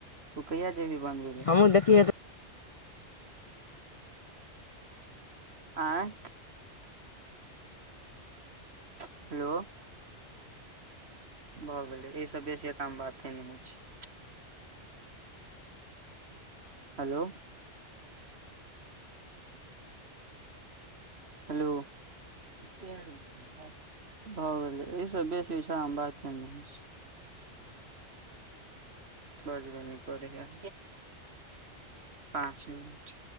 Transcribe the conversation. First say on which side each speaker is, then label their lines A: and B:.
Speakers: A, on the right (about 60°); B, on the left (about 40°).
A: तू कहिया जे भी बानबे लेल
B: तुहू देखिये त
A: आँय हेलो भऽ गेलै एहि सब बेसी एकरामे बाते नहि होइ छै हेलो <inaudible> हेलो भऽ गेलै अयस बेसी ओहिठाममे बाते ने छै बजबे नै करैके पाँच मिनट